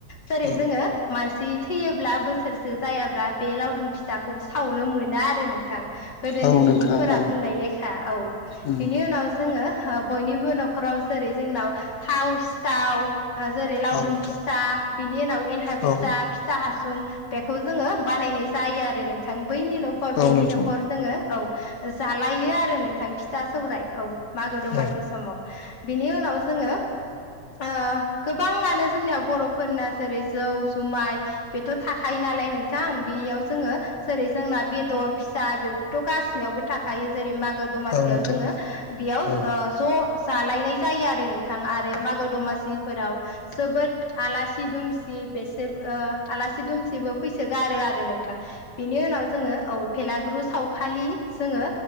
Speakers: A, on the left; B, on the left.
A: जेरै
B: औ
A: जोङो मानसि थैयोब्ला बोसोरसे जायाब्ला बे लावदुम फिसाखौ सावनो मोना आरो नोंथां गोदोनि
B: औ
A: सुबुंफोरा
B: नोंथां औ
A: बुं बुंनाय लेखा औ
B: उम
A: बिनि उनाव जोङो ओ बयनिबो न'खराव जेरै जोंनाव थाव सिथाव ओ जेरै लावदुम
B: औ नोंथां
A: फिथा बिनि उनाव एन्थाब
B: औ
A: फिथा, फिथा हासुं बेखौ जोङो बानायनाय जायो आरो नोंथां बैनि न'खर
B: औ
A: बेनि
B: नोंथां औ उम औ नोंथां औ नोंथां
A: न'खर जोङो औ जालायो आरो नोंथां फिथा सौराय औ मागो दमासि
B: औ
A: समाव बिनि उनाव जोङो ओ गोबाङानो जोंनियाव बर'फोरना जेरै जौ जुमाय बेथ' थाखायो नालाय नोंथां बेयाव जोङो जेरै जोंना बेदर फिसा बेफोरथ' गासिनावबो थाखा यो जेरै मागो दमासियाव
B: औ नोंथां
A: जोङो बेयाव
B: औ
A: ओ ज' जालायनाय जायो आरो नोंथां आरो मागो दमासिफोराव जोबोद आलासि दुमसि बेसे ओ आला दुमसिबो फैसो गारो आरो नोंथां बिनि उनाव जोङो भेलाग्रु सावखालि जोङो